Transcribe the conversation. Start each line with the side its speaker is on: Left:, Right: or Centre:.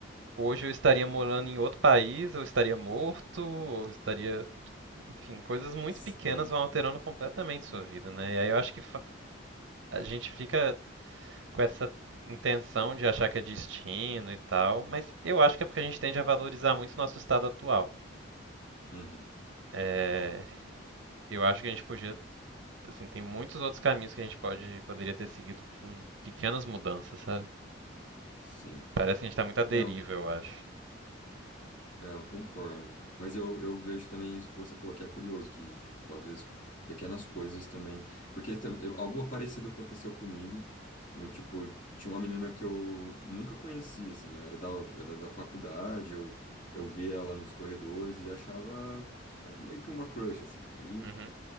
Right: hoje eu estaria morando em outro país, eu estaria morto, ou estaria, enfim, coisas muito
Left: sim,
Right: pequenas vão alterando completamente sua vida, né? E aí eu acho que fa- a gente fica com essa intenção de achar que é destino e tal, mas eu acho que é porque a gente tende a valorizar muito o nosso estado atual.
Left: uhum,
Right: É, eu acho que a gente podia, assim, tem muitos outros caminhos que a gente pode, poderia ter seguido com pequenas mudanças, sabe?
Left: sim.
Right: Parece que a gente tá muito à deriva,
Left: É,
Right: eu acho.
Left: É, eu concordo. Mas eu, eu vejo também isso que você falou, que é curioso, que, tipo, às vezes pequenas coisas também. Porque tam- eu- algo parecido aconteceu comigo. Eu, tipo, tinha uma menina que eu nunca conhecia, assim, eu era da, era da faculdade, eu, eu via ela nos corredores e achava é, meio que uma crush, assim. E aí,
Right: Uhum,